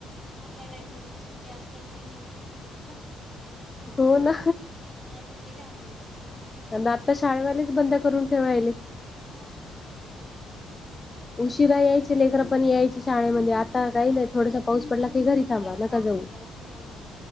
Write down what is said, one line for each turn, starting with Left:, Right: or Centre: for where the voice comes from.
Centre: आपल्या टाइमींग सुट्ट्या असल्या, तरी मम्मी म्हणेल जा.
Left: हो ना
Centre: हा, ती पहिले हाकलायची.
Left: आता शाळेवालेच बंद करून ठेवायले.
Centre: ह
Left: उशिरा यायचे लेकरं, पण यायचे शाळेमध्ये आ आता काही
Centre: हो
Left: नाही, थोडासा पाऊस पडला की, घरी थांबा
Centre: सर
Left: नका
Centre: पाऊस
Left: जाऊ
Centre: होता उशिरानं